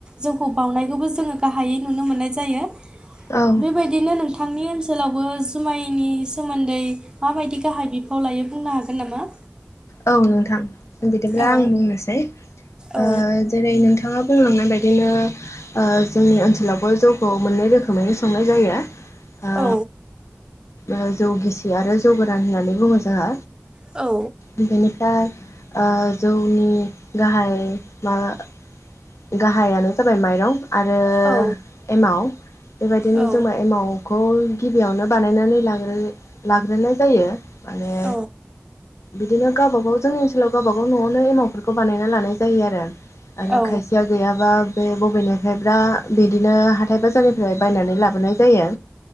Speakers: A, on the right; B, on the left.
A: जौखौ बावनायखौबो जोङो गाहायै नुनो मोननाय जायो।
B: औ
A: बेबायदिनो नोंथांनि ओनसोलावबो जुमायनि सोमोन्दै माबायदि गाहाय बिफाव लायो बुंनो हागोन नामा?
B: औ नोंथां बिदिब्ला
A: औ
B: आं बुंनोसै ओ
A: औ
B: जेरै नोंथाङा बुंलांनाय बायदिनो ओ जोंनि ओनसोल लावबो जौखौ मोननै रोखोमैनो संनाय जायो। ओ
A: औ
B: ओ जौ गिसि आरो जौ गोरान होननानै बुङो जोंहा
A: औ
B: बेनिफ्राय ओ जौनि गाहाय माबा गाहायानो जाबाय माइरं आरो
A: औ
B: एमाव बेबायदिनो
A: औ
B: जोमाय एमावखौ गिबियावनो बानायनानै लाग्रो लाग्रोनाय जायो। माने
A: औ
B: बिदिनो गावबा गाव जोंनि ओनसोलाव गावबागाव न'वावनो एमावफोरखौ बानायना लानाय जायो आरो आरो
A: औ
B: खाय गैयाबा बे बबेनायफ्रायब्रा बिदिनो हाथाइ बाजारनिफ्राय बायनानै लाबोनाय जायो